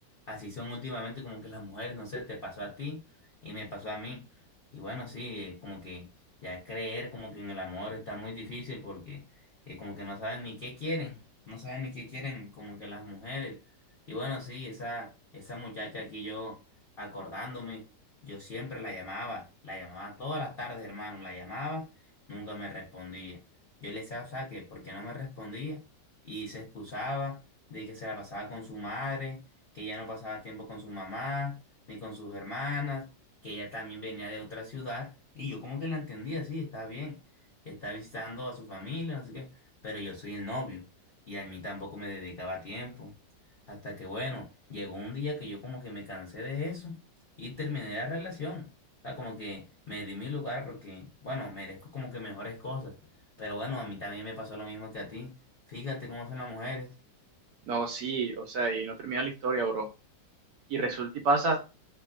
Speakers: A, on the left; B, on the right.
A: así son últimamente como que las mujeres, no sé, te pasó a ti y me pasó a mí. Y bueno, sí, eh, como que ya creer como que en el amor está muy difícil porque eh, como que no saben ni qué quieren, no saben ni qué quieren como que las mujeres. Y bueno, sí, esa, esa muchacha aquí yo acordándome, yo siempre la llamaba, la llamaba todas las tardes, hermano, la llamaba, nunca me respondía. Yo le decía, o sea, que porque no me respondía y se excusaba de que se la pasaba con su madre, que ya no pasaba tiempo con su mamá, ni con sus hermanas que ella también venía de otra ciudad y yo como que la entendía, sí, está bien, está visitando a su familia, así que, pero yo soy el novio y a mí tampoco me dedicaba tiempo. Hasta que bueno, llegó un día que yo como que me cansé de eso y terminé la relación. O sea, como que me di mi lugar porque, bueno, merezco como que mejores cosas. Pero bueno, a mí también me pasó lo mismo que a ti. Fíjate cómo son las mujeres.
B: No, sí, o sea, y no termina la historia, bro, y resulta y pasa